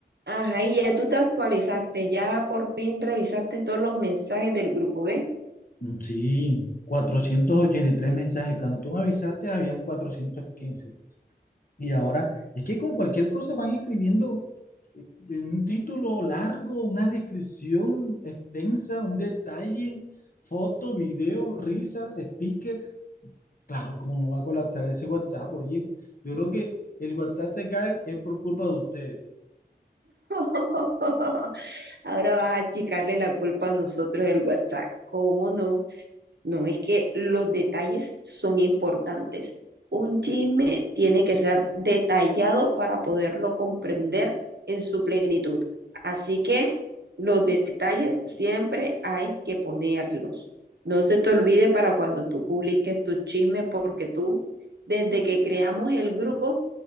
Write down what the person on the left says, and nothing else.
Sí, 483 mensajes. Cuando tú me avisaste, habían cuatrocientos quince Y ahora, es que con cualquier cosa van escribiendo eh, un título largo, una descripción extensa, un detalle, foto, video, risas, sticker. Claro, como no va a colapsar ese WhatsApp, oye. Yo creo que el WhatsApp se cae es por culpa de ustedes.